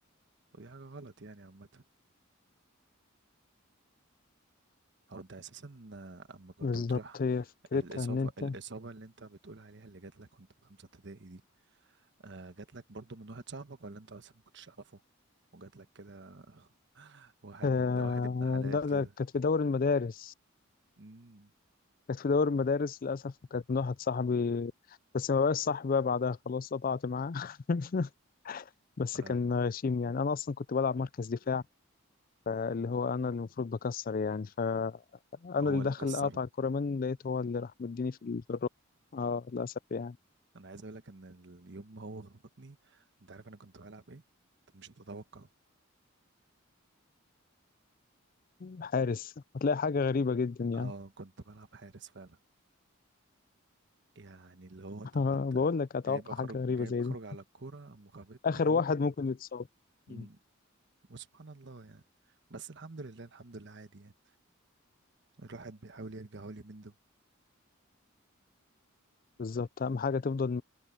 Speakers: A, on the right (about 55°); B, on the left (about 40°).
A: ودي حاجه غلط يعني عامه او ده اساسا اما كنت
B: بالظبط
A: بتروح
B: هي فكرتها
A: الاصابه
B: إن أنت
A: الاصابه اللي انت بتقول عليها اللي جات لك وانت في خمسه ابتدائي دي آه جات لك برضو من واحد صاحبك ولا انت اصلا ما كنتش تعرفه وجات لك كده <laughs> واحد
B: آه
A: واحد ابن حلال
B: لا
A: كده
B: ده كانت في دوري المدارس
A: امم
B: كانت في دوري المدارس للأسف وكانت من واحد صاحبي بس ما بقاش صاحبي بقى بعدها خلاص قطعت معاه <laughs> بس
A: آه
B: كان غشيم يعني أنا أصلا كنت بلعب مركز دفاع اللي هو أنا اللي المفروض بكسر يعني فأنا
A: هو
B: اللي
A: اللي
B: دخل
A: كسرك
B: قطع الكرة منه لقيته هو اللي راح مديني في ال- في الركبة اه للأسف يعني
A: انا عايز اقول لك ان اليوم ما هو خبطني انت عارف انا كنت بلعب ايه انت مش هتتوقع
B: حارس هتلاقي حاجة غريبة جدا يعني
A: اه كنت بلعب حارس فعلا يعني اللي هو
B: <laughs>
A: طب انت
B: بقول لك أتوقع
A: جايب اخرج
B: حاجة غريبة
A: جايب
B: زي
A: اخرج
B: دي
A: على الكوره قام خبطني
B: آخر
A: هوب
B: واحد ممكن يتصاب مم.
A: امم وسبحان الله يعني بس الحمد لله الحمد لله عادي يعني الواحد بيحاول يرجع لي من دول
B: بالظبط أهم حاجة تفضل